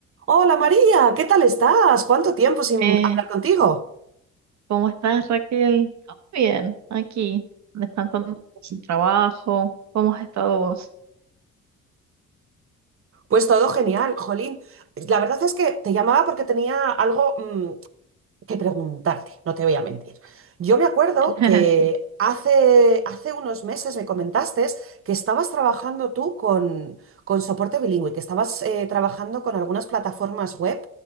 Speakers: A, on the right; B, on the right.
A: Hola María, ¿qué tal estás? ¿Cuánto tiempo sin
B: Eh,
A: hablar contigo?
B: ¿cómo estás, Raquel? Oh, bien, aquí, descansando por el trabajo. ¿Cómo has estado vos?
A: Pues todo genial, Jolín. La verdad es que te llamaba porque tenía algo, mm, que preguntarte, no te voy a mentir. Yo me acuerdo
B: <laughs>
A: que
B: Sí,
A: hace, hace unos meses me comentaste que estabas trabajando tú con, con soporte bilingüe, que estabas eh, trabajando con algunas plataformas web